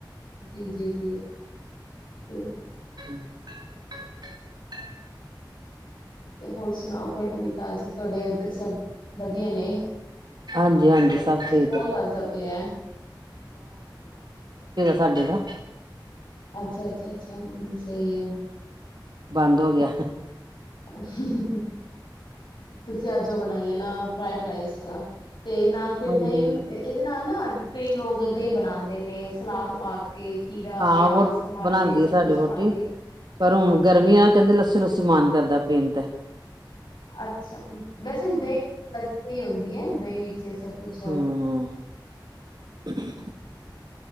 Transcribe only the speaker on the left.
ਜੀ, ਜੀ, ਜੀ ਤੇ
ਤੇ ਹੋਰ ਸੁਣਾਓ ਕੋਈ ਨਵੀ ਤਾਜ਼ੀ ਤੁਹਾਡੇ ਏਧਰ ਸਬ ਵਦੀਆ ਨੇ। ਤੁਡੇ
ਪਿੱਛੇ
ਫੋਨ
ਵਜਦਾ ਪਿਆ <inaudible>
ਅੱਛਾ ਅੱਛਾ ਅੱਛਾ ਸਹੀ ਹੈ
<inaudible> ਤੇ ਸਿਆਜੋ ਬਣਾ ਇਹ ਨਾ ਫਈਡ ਰਈਸ ਤੇ ਨਾਲ ਫਿਰ
ਦਹੀਂਮ ਇਹਦੇ ਨਾਲ ਨਾ ਕਈ ਲੋਕ ਦਾਂ ਹੀ ਬਣਾਉਂਦੇ ਨੇ ਸਲਾਦ ਪਾ ਕੇ ਖੀਰਾ
ਪਿਆਜ
ਟਮਾਟਰ
ਇਹ ਸਭ
ਕੁਛ
ਪਾ ਕੇ
ਅੱਛਾ ਵੈਸੇ ਵੀ ਦਹੀਂ ਵੈਸ ਸਹੀ ਹੁੰਦੀ ਹੈ ਦਹੀਂ ਵਿੱਚ ਸਭ ਕੁਛ